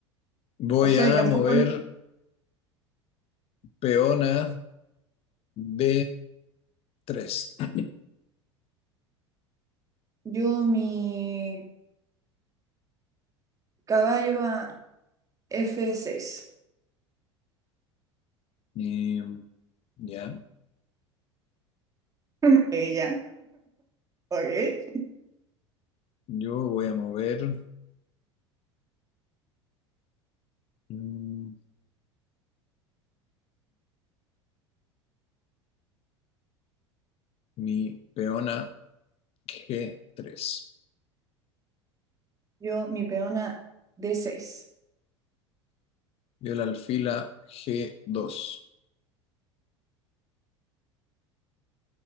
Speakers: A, on the left; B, on the right.
A: Voy
B: O sea,
A: a
B: y tampoco
A: mover
B: n-
A: peón a d tres. <clears throat>
B: yo mi caballo a F6.
A: Y, ya,
B: <laughs> Ella, ok.
A: yo voy a mover... mm, mi peona g tres
B: Yo mi peón a D6.
A: Dio el alfil a G2.